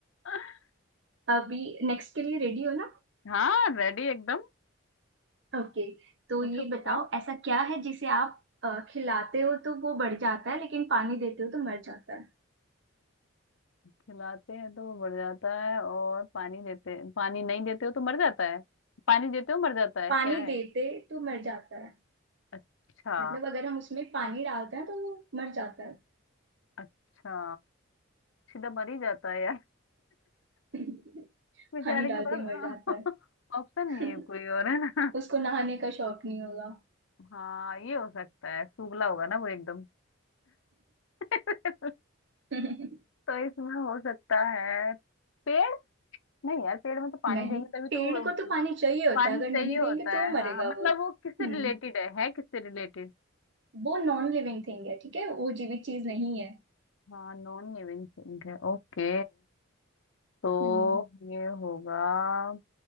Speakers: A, on the left (about 70°); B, on the right (about 55°).
A: <laughs>
B: अभी नेक्स्ट के लिए रेडी हो ना
A: हाँ रेडी एकदम
B: ओके तो
A: पूछो
B: ये
A: पूछो
B: बताओ ऐसा क्या है जिसे आप अ, खिलाते हो तो वो बढ़ जाता है लेकिन पानी देते हो तो मर जाता है
A: खिलाते हैं तो वो बढ़ जाता है और पानी देते पानी नहीं देते हो तो मर जाता है पानी देते हो मर जाता है
B: पानी
A: क्या है
B: देते तो मर जाता है
A: अच्छा
B: मतलब अगर हम उसमें पानी डालते हैं तो वो मर जाता है
A: अच्छा सीधा मर ही जाता है यार <laughs>
B: <laughs>
A: बेचारे
B: पानी डालते
A: के पास
B: ही मर जाता
A: <laughs> ऑप्शन
B: है
A: नहीं है
B: <laughs>
A: कोई और है ना
B: उसको नहाने का शौक नहीं होगा
A: हाँ ये हो सकता है सूखला होगा ना वो एकदम <laughs>
B: <laughs>
A: तो इसमें हो सकता है पेड़ नहीं यार पेड़ में तो पानी
B: नहीं
A: देंगे तभी
B: पेड़
A: तो वो
B: को तो पानी चाहिए होता
A: पानी
B: है अगर
A: चाहिए
B: नहीं देंगे
A: होता
B: तो वो
A: है
B: मरेगा
A: हाँ हाँ, मतलब
B: वो
A: वो किससे
B: हम्म
A: रिलेटेड है है किससे रिलेटेड
B: वो नॉन लिविंग थिंग है ठीक है वो जीवित चीज नहीं है
A: हाँ नॉन लिविंग थिंग है ओके तो
B: हम्म
A: ये होगा